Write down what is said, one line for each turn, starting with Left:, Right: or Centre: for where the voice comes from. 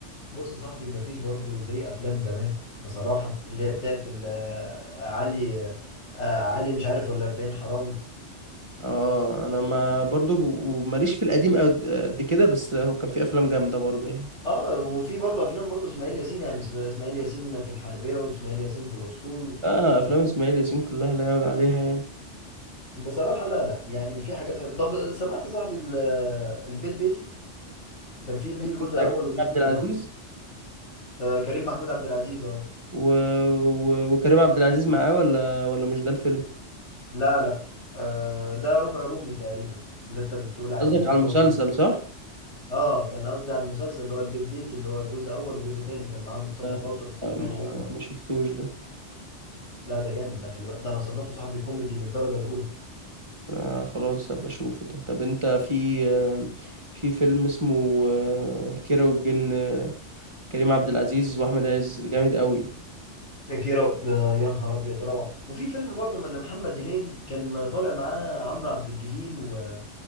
Left: بص يا صاحبي مفيش برضو زي أفلام زمان بصراحة اللي هي بتاعت ال- آه، علي آه، علي مش عارف ولا 40 حرامي
Right: اه انا ما برضو ماليش في القديم قد قد كده بس لا، هو كان في افلام جامده برضو يعني
Left: اه وفي برضو أفلام برضو إسماعيل ياسين يعني إس- إسماعيل ياسين في الحربية وإسماعيل ياسين في الأسطول و-
Right: اه افلام
Left: و-
Right: اسماعيل ياسين كلها لا يعلى عليها يعني
Left: بصراحة لا لا يعني في حاجات حلوة طب سمعت يا صاحبي ال- البيت بيتي كان فيه ليه جزء
Right: بتاع
Left: أول
Right: كريم
Left: وجزء
Right: عبد
Left: تاني
Right: العزيز
Left: آه كريم محمود عبد العزيز اه
Right: و... و... وكريم عبد العزيز معاه ولا ولا مش ده الفيلم
Left: لا لا آه ده ربع رومي تقريبا اللي انت بتقول عليه
Right: قصدك
Left: فيلم
Right: على المسلسل
Left: ربع
Right: صح
Left: اه كان قصدي على المسلسل اللي هو البيت بيتي اللي هو جزء اول وجزء تاني كان معاه مصطفى
Right: آه،
Left: خاطر وسليمان
Right: آه، ما
Left: عيد
Right: ما شفتوش ده
Left: لا ده جامد ده خلي بالك ده انا صنفه صاحبي كوميدي من الدرجه الاولى
Right: آه خلاص هبقى اشوفه ده طب انت في آه في فيلم اسمه آه كيرة والجن آه، كريم عبد العزيز واحمد عز جامد قوي
Left: كيرة آه، يا نهار ابيض روعه وفي فيلم برضه من محمد هنيدي كان طالع معاه عمرو عبد الجليل و...